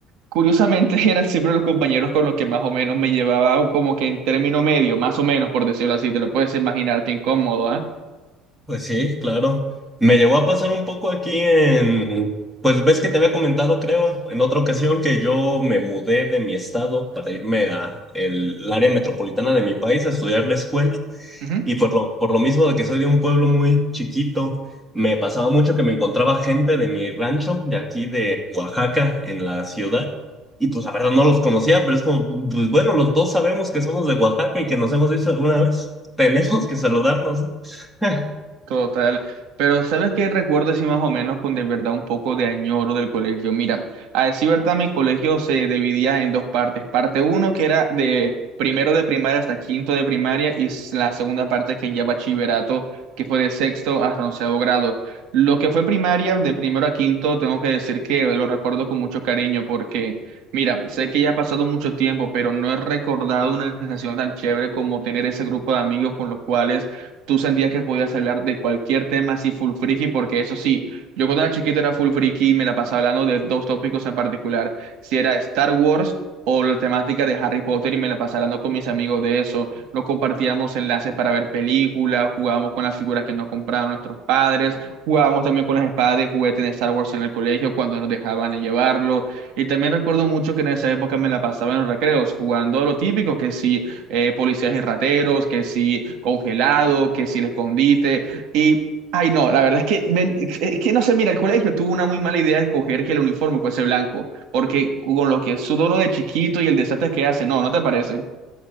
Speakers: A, on the right; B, in the centre.
A: Curiosamente <laughs> eran siempre los compañeros con los que más o menos me llevaba o como que en término medio, más o menos por decirlo así, te lo puedes imaginar, qué incómodo, ¿ah?
B: Pues sí, claro. Me llegó a pasar un poco aquí en, pues ves que te había comentado, creo, en otra ocasión que yo me mudé de mi estado para irme a el, el área metropolitana de mi país a estudiar la escuela
A: Ujú.
B: y por lo, por lo mismo de que soy de un pueblo muy chiquito, me pasaba mucho que me encontraba gente de mi rancho de aquí de Oaxaca en la ciudad y pues la verdad no los conocía, pero es como, pues bueno, los dos sabemos que somos de Oaxaca y que nos hemos visto alguna vez. Tenemos que saludarnos, ¿no? <laughs>
A: Total. Pero ¿sabes qué recuerdo así más o menos con de verdad un poco de añoro del colegio? Mira, a decir verdad, mi colegio se dividía en dos partes. Parte uno que era de primero de primaria hasta quinto de primaria y s- la segunda parte que ya bachillerato, que fue de sexto hasta onceavo grado. Lo que fue primaria, de primero a quinto, tengo que decir que lo recuerdo con mucho cariño porque, mira, sé que ya ha pasado mucho tiempo, pero no he recordado una sensación tan chévere como tener ese grupo de amigos con los cuales tú sentías que podías hablar de cualquier tema así full friki, porque eso sí, yo cuando era chiquito era full friki y me la pasaba hablando de dos tópicos en particular, si era Star Wars o la temática de Harry Potter y me la pasaba hablando con mis amigos de eso, nos compartíamos enlaces para ver películas, jugábamos con las figuras que nos compraban nuestros padres, jugábamos también con las espadas de juguete en Star Wars en el colegio cuando nos dejaban llevarlo, y también recuerdo mucho que en esa época me la pasaba en los recreos jugando a lo típico, que sí eh, policías y rateros, que si congelado, que si el escondite. Y, ay, no, la verdad es que, me- es que no sé, mira, el colegio tuvo una muy mala idea de escoger que el uniforme fuese blanco, porque con lo que es su dono de chiquito y el desastre que hace, no, ¿no te parece?